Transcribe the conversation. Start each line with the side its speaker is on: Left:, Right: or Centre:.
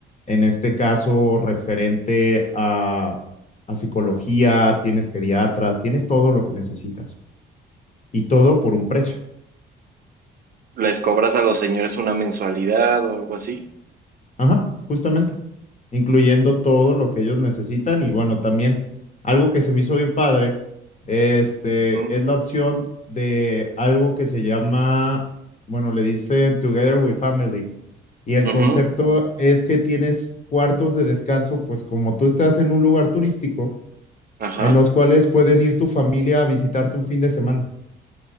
Left: en este caso referente a, a psicología, tienes geriatras, tienes todo lo que necesitas y todo por un precio.
Right: ¿Les cobras a los señores una mensualidad o algo así?
Left: Ajá, justamente, incluyendo todo lo que ellos necesitan y bueno, también algo que se me hizo bien padre, este,
Right: Ujú,
Left: es la opción de algo que se llama, bueno, le dicen Together with Family y el
Right: ujú,
Left: concepto es que tienes cuartos de descanso, pues como tú estás en un lugar turístico,
Right: ajá.
Left: en los cuales pueden ir tu familia a visitarte un fin de semana.